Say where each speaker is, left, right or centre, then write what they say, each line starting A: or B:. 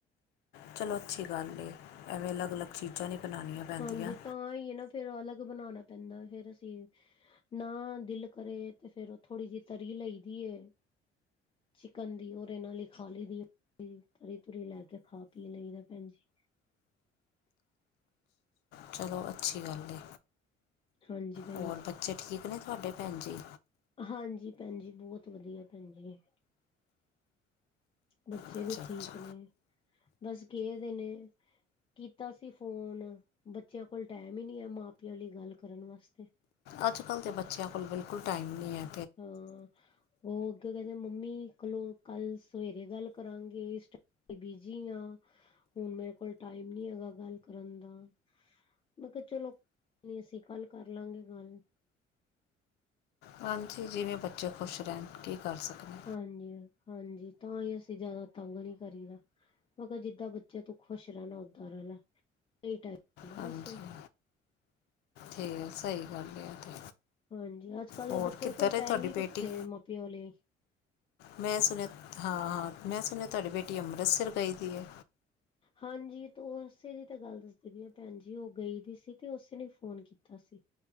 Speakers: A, on the left; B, on the left.
A: ਚਲੋ, ਅੱਛੀ ਗੱਲ ਏ, ਐਵੇਂ ਅਲੱਗ-ਅਲੱਗ ਚੀਜ਼ਾਂ ਨਹੀਂ ਬਣਾਣੀਆਂ ਪੈਂਦੀਆਂ।
B: ਹਾਂਜੀ ਤਾਂ ਹੀ ਹੈ ਨਾ ਫੇਰ ਉਹ ਅਲੱਗ ਬਣਾਉਣਾ ਪੈਂਦਾ, ਫੇਰ ਅਸੀ। ਨਾ, ਦਿਲ ਕਰੇ ਤੇ ਫੇਰ ਉਹ ਥੋੜ੍ਹੀ ਜਿਹੀ ਤਰੀ ਲਈ ਦੀ ਏ। ਚਿਕਨ ਦੀ, ਉਹਦੇ ਨਾਲ ਈ ਖਾ ਲਈ ਦੀ ਏ। ਤਰੀ-ਤੁਰੀ, ਲੈਕੇ ਖਾ-ਪੀ ਲਈਦਾ ਭੈਣ ਜੀ।
A: ਚਲੋ, ਅੱਛੀ ਗੱਲ ਏ।
B: ਹਾਂਜੀ ਭੈਣ
A: ਹੋਰ
B: ਜੀ।
A: ਬੱਚੇ ਠੀਕ ਨੇ ਤੁਹਾਡੇ, ਭੈਣ ਜੀ?
B: ਹਾਂਜੀ ਭੈਨ ਜੀ, ਬਹੁਤ ਵਧੀਆ ਭੈਨ ਜੀ। ਬੱਚੇ
A: ਅੱਛਾ
B: ਵੀ
A: ਅੱਛਾ
B: ਠੀਕ ਨੇ, ਬਸ ਕਿਹੇ ਦੇ ਨੇ। ਕੀਤਾ ਸੀ ਫੋਨ, ਬੱਚਿਆਂ ਕੋਲ ਟਾਈਮ ਈ ਨਹੀ ਐ, ਮਾਂ-ਪਿਓ ਲਈ ਗੱਲ ਕਰਨ ਵਾਸਤੇ।
A: ਅੱਜ-ਕੱਲ੍ਹ ਦੇ ਬੱਚਿਆਂ ਕੋਲ ਬਿਲਕੁਲ ਟਾਈਮ ਨੀ ਐ।
B: ਹਾਂ। ਉਹ ਅੱਗੇ ਕਹਿੰਦੇ, ਮੰਮੀ ਖਲੋ ਕੱਲ ਸਵੇਰੇ ਗੱਲ ਕਰਾਂਗੇ ਇਸ ਟਾਈਮ ਮੈਂ ਬਿਜੀ ਆ, ਹੁਣ ਮੇਰੇ ਕੋਲ ਟਾਈਮ ਨੀ ਹੈਗਾ ਗੱਲ ਕਰਨ ਦਾ। ਮੈਂ ਕਿਹਾ ਚਲੋ ਨੀ ਅਸੀਂ ਕੱਲ ਕਰ ਲਾਂਗੇ ਗੱਲ।
A: ਹਾਂਜੀ ਜਿਵੇਂ ਬੱਚੇ ਖੁਸ਼ ਰਹਿਣ, ਕੀ ਕਰ ਸਕਦੇ।
B: ਹਾਂਜੀ-ਹਾਂਜੀ, ਤਾਂਈ ਅਸੀਂ ਜਿਆਦਾ, ਤੰਗ ਨੀ ਕਰੀਦਾ। ਮੈਂ ਕਿਹਾ, ਜਿੱਦਾਂ ਬੱਚਾ ਤੂੰ ਖੁਸ਼ ਰਹਿਣਾ, ਓਦਾਂ ਰਹਿਲਾ, ਐਹੀ ਟਾਈਮ ਐ ਨਾ
A: ਹਾਂਜੀ
B: ਵੇਸੇ।
A: ਤੇ ਸਹੀ ਗੱਲ ਐ ਇਹ ਤੇ।
B: ਹਾਂਜੀ, ਅੱਜ-ਕੱਲ
A: ਹੋਰ
B: ਦੇ ਬੱਚਿਆਂ
A: ਕਿੱਧਰ
B: ਕੋਲ
A: ਹੈ
B: ਟਾਈਮ
A: ਤੁਹਾਡੀ
B: ਈ
A: ਬੇਟੀ
B: ਕਿੱਥੇ ਮਾ-ਪਿਓ ਲਈ।
A: ਮੈਂ ਸੁਣਿਆ ਹਾਂ-ਹਾਂ ਮੈਂ ਸੁਣਿਆ ਤੁਹਾਡੀ ਬੇਟੀ ਅੰਮ੍ਰਿਤਸਰ ਗਈ ਦੀ ਐ?
B: ਹਾਂਜੀ, ਤੇ ਉਸੇ ਦੀ ਤਾਂ ਗੱਲ ਦੱਸਦੀ ਆ ਭੈਣ ਜੀ ਉਹ ਗਈ ਦੀ ਸੀ, ਤੇ ਉਸੇ ਨੇ ਫੋਨ ਕੀਤਾ। ਤਾ ਸੀ।